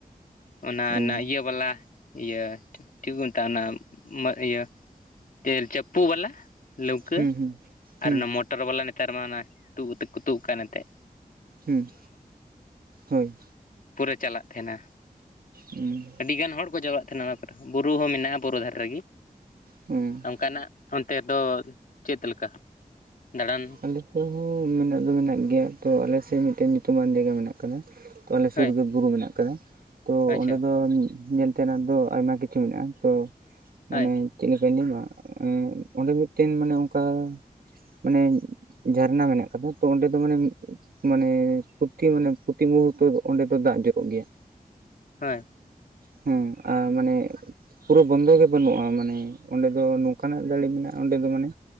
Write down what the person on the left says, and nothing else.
ᱚᱱᱟ
ᱚᱱᱟ ᱤᱭᱟᱹ ᱵᱟᱞᱟ ᱤᱭᱟᱹ ᱪᱮᱜ ᱠᱩ ᱢᱮᱛᱟᱜ ᱚᱱᱟ ᱢᱟᱜ ᱤᱭᱟᱹ ᱛᱮᱞ ᱪᱟᱯᱯᱩ ᱵᱟᱞᱟ᱾ ᱞᱟᱹᱣᱠᱟᱹ
ᱟᱨ ᱚᱱᱟ ᱢᱚᱴᱚᱨ ᱵᱟᱞᱟ ᱱᱮᱛᱟᱨ ᱢᱟ ᱚᱱᱟ ᱛᱩᱜ ᱛᱮᱜ ᱠᱚ ᱛᱩᱜ ᱠᱟᱱ ᱮᱱᱛᱮᱜ᱾
ᱯᱩᱨᱟᱹ ᱪᱟᱞᱟᱜ ᱛᱟᱦᱮᱱᱟ᱾
ᱟᱹᱰᱤ ᱜᱟᱱ ᱦᱚᱲ ᱠᱚ ᱡᱟᱣᱨᱟᱜ ᱛᱟᱦᱮᱱᱟ ᱚᱱᱟ ᱠᱚᱨᱮᱜ ᱵᱩᱨᱩ ᱦᱚᱸ ᱢᱮᱱᱟᱜᱼᱟ ᱵᱩᱨᱩ ᱫᱷᱟᱨᱮ ᱨᱮᱜᱤ
ᱚᱝᱠᱟᱱᱟᱜ ᱚᱱᱛᱮ ᱫᱚ ᱪᱮᱛ ᱞᱮᱠᱟ ᱫᱟᱬᱟᱱ᱾
ᱦᱳᱭ
ᱟᱪᱪᱷᱟ
ᱦᱳᱭ
ᱦᱳᱭ